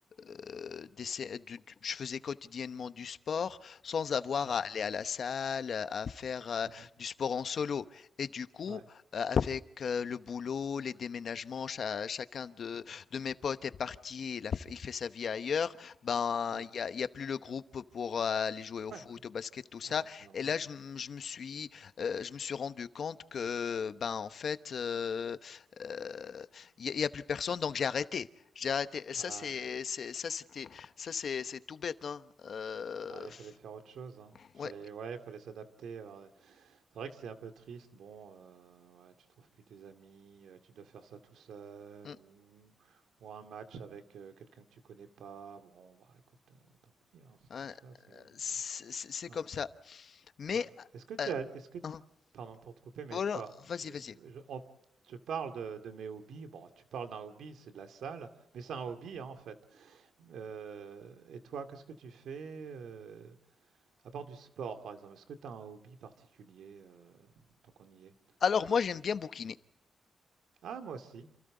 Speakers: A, on the left; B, on the right.
A: euh, des sé- du- du- je faisais quotidiennement du sport sans avoir
B: ouais,
A: à aller à la salle, à faire euh,
B: mhm,
A: du sport en solo. Et du coup,
B: ouais,
A: euh, avec euh, le boulot, les déménagements, cha- chacun de, de mes potes est parti, il, a fait, il fait sa vie ailleurs, ben
B: ouais,
A: il y a, il y a plus le groupe pour euh, aller jouer au
B: ouais,
A: foot, au basket, tout ça.
B: ouais, c'est normal.
A: Et là,
B: hein.
A: je, m- je me suis, euh, je me suis rendu compte que ben en fait, euh, euh, il y a, il y a plus personne, donc j'ai arrêté. J'ai arrêté. Et ça
B: Ah
A: c'est,
B: ouais.
A: c'est- ça c'était, ça c'est, c'est tout bête, hein. Euh,
B: Ouais,
A: f-
B: il fallait faire autre chose, hein.
A: ouais,
B: Il fallait, ouais, il fallait s'adapter. Alors, C'est vrai que c'est un peu triste. Bon, euh, ouais, tu trouves plus tes amis, euh, tu dois faire ça tout seul
A: mm,
B: ou, ou un match avec euh, quelqu'un que tu connais pas. Bon, bah écoute, euh, tant pis, hein, c'est
A: hein,
B: comme ça, c'est la vie,
A: c'est
B: hein.
A: c'est- c'est
B: Ouais,
A: comme ça. Mais
B: ouais. Est-ce que tu
A: euh,
B: as, est-ce que,
A: hein,
B: pardon pour te couper, mais
A: Voilà,
B: toi,
A: vas-y,
B: tu,
A: vas-y.
B: je, on- je parle de, de mes hobbies. Bon, tu parles d'un hobby, c'est de la salle, mais c'est un hobby hein, en fait. Euh, et toi, qu'est-ce que tu fais? euh, à part du sport, par exemple, est-ce que tu as un hobby particulier euh, tant qu'on y est?
A: Alors moi j'aime bien bouquiner.
B: Ah, moi aussi.